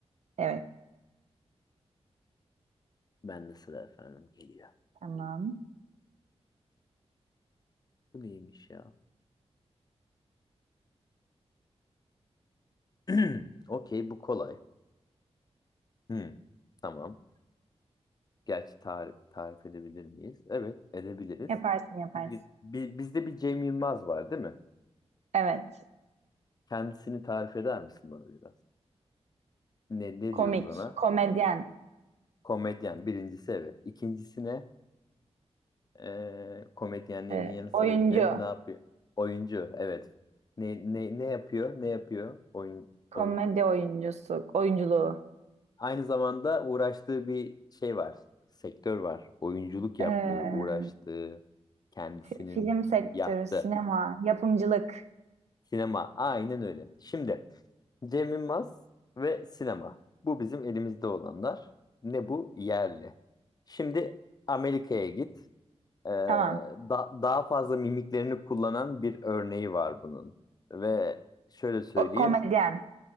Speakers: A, on the right; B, on the left.
A: Evet
B: Ben de sıra efendim geliyor.
A: tamam.
B: Bu neymiş ya? <clears throat> Okey bu kolay. Hı. Tamam. Gerçi tar- tarif edebilir miyiz? Evet, edebiliriz.
A: Yaparsın yaparsın.
B: Bir- bir- bizde bir Cem Yılmaz var, değil mi?
A: Evet.
B: Kendisini tarif eder misin bana biraz? Ne ne
A: Komik,
B: diyoruz ona?
A: komedyen,
B: Komedyen birincisi evet. İkincisine eee komedyenliğinin
A: e,
B: yanı sıra
A: oyuncu,
B: bir de ne yapıyor? Oyuncu evet. Ne ne ne yapıyor? Ne yapıyor? Oyun oyun.
A: komedi oyuncusu, oyunculuğu.
B: Aynı zamanda uğraştığı bir şey var. Sektör var. Oyunculuk yaptığı,
A: Ee,
B: uğraştığı, kendisinin
A: fi- film sektörü,
B: yaptığı.
A: sinema, yapımcılık.
B: Sinema. Aynen öyle. Şimdi Cem Yılmaz ve sinema. Bu bizim elimizde olanlar. Ne bu? Yerli. Şimdi Amerika'ya git. Ee, da-
A: Tamam.
B: daha fazla mimiklerini kullanan bir örneği var bunun. Ve şöyle söyleyeyim.
A: O, komedyen.